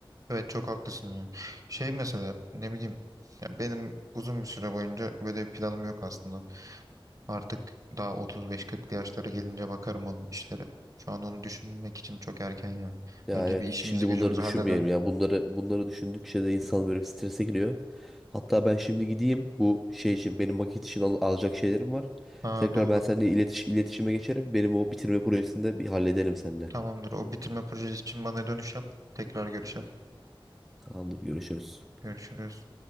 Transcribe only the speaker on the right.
Evet, çok haklısın ya. Şey mesela, ne bileyim, ya benim uzun bir süre boyunca böyle bir planım yok aslında. Artık daha 35-40 yaşlara gelince bakarım onun işlere. Şu an onu düşünmek için çok erken ya.
Önce
bir işimizi
gücümüzü
halledelim.
Ha
doğru.
Tamamdır. O bitirme projesi için bana dönüş yap. Tekrar görüşelim.
Görüşürüz.